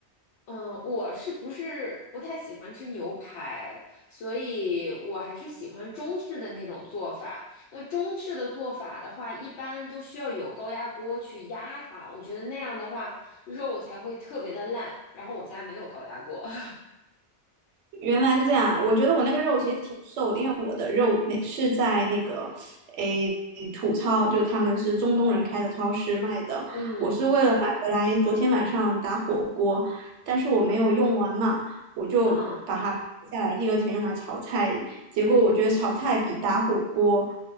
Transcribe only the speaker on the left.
嗯，我是不是不太喜欢吃牛排，所以我还是喜欢中式的那种做法。那中式的做法的话，一般都需要有高压锅去压它，我觉得那样的话肉才会特别的烂。然后我家没有高压锅，<laughs>
嗯
嗯